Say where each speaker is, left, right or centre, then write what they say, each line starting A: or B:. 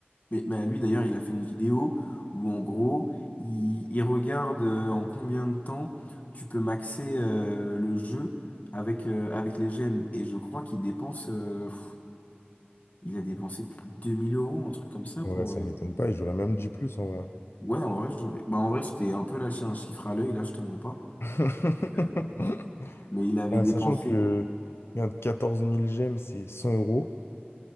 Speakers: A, on the left; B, on the left.
A: Mais bah, lui d'ailleurs, il a fait une vidéo où en gros, il, il regarde euh, en combien de temps tu peux maxer euh, le jeu avec, euh, avec les gemmes. Et je crois qu'il dépense, euh, pff, il a dépensé plus de 2000 euros, un truc comme ça
B: Ouais,
A: pour.
B: ça
A: euh,
B: m'étonne pas, et j'aurais même dit plus en vrai.
A: Ouais, en vrai, j'aurais. Bah, en vrai, je t'ai un peu lâché un chiffre à l'œil, là, je te mens pas.
B: <laughs>
A: Euh, mais il avait
B: Ouais,
A: dépensé.
B: sachant que regarde, quatorze mille gemmes, c'est 100 euros.